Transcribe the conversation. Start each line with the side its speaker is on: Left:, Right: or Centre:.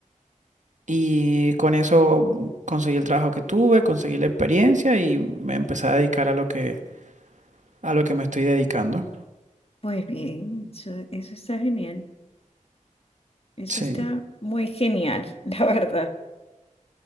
Right: y con eso conseguí el trabajo que tuve, conseguí la experiencia y me empecé a dedicar a lo que, a lo que me estoy dedicando.
Left: Pues bien, eso, eso está genial. Eso
Right: Sí.
Left: está muy genial, <laughs> la verdad.